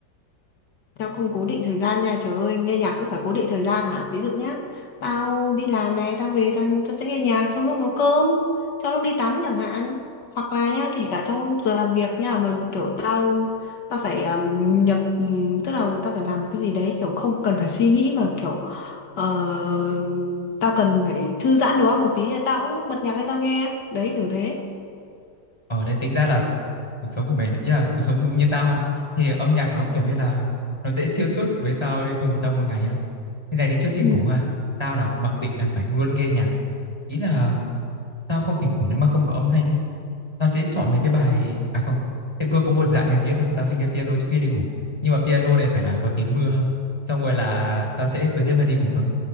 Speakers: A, on the left; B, on the left.
A: Tao không cố định thời gian nha, trời ơi, nghe nhạc cũng phải cố định thời gian hả? Ví dụ nhá, tao đi làm này, tao về tao, tao sẽ nghe nhạc trong lúc nấu cơm, trong lúc đi tắm chẳng hạn. Hoặc là nhá, kể cả trong giờ làm việc nha, mà kiểu tao tao phải um, nhập um, tức là tao phải làm một cái gì đấy kiểu không cần phải suy nghĩ mà kiểu ờ, tao cần phải thư giãn đầu óc một tí thì tao cũng bật nhạc lên tao nghe. Đấy kiểu thế.
B: ở đấy tính ra là cuộc sống của mày ý là cuộc sống như tao ha thì âm nhạc nó kiểu như là nó sẽ xuyên suốt với tao đi cùng với tao một ngày á như này đi trước khi
A: Ừ.
B: ngủ ha tao là mặc định là phải luôn nghe nhạc ý là tao không thể ngủ nếu mà không có âm thanh ấy tao sẽ chọn mấy cái bài à không sẽ luôn có một dạng nhạc duy nhất thôi tao sẽ nghe piano trước khi đi ngủ nhưng mà piano này phải là có tiếng mưa ha xong rồi là tao sẽ cứ thế mà đi ngủ thôi